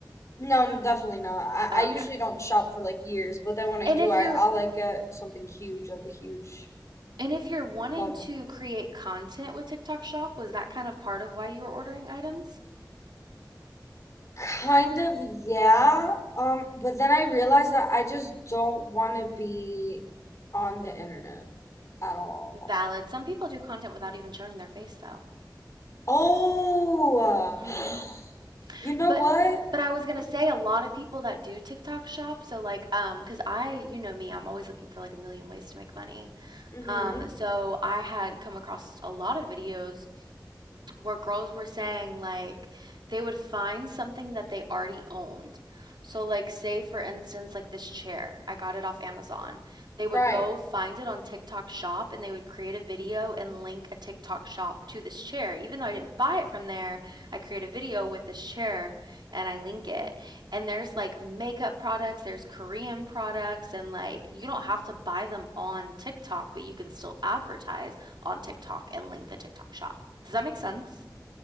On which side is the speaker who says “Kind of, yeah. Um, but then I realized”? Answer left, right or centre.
Left